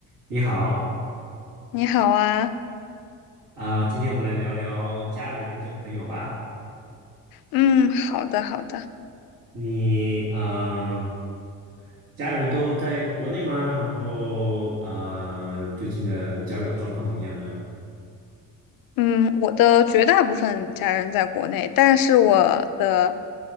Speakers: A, on the right (about 80°); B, on the left (about 80°).
A: 你好，
B: 你好啊，
A: 啊、今天我们来聊聊家人跟朋友吧。
B: 嗯，好的，好的，
A: 你，嗯、家人都在国内吗？然后，嗯、最近的交友状况怎么样啊？
B: 嗯，我的绝大部分家人在国内，但是我的